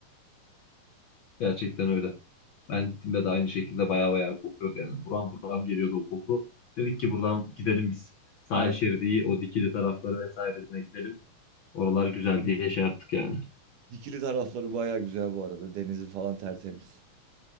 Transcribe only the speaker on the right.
Aynen.
Dikili tarafları baya güzel bu arada. Denizi falan tertemiz.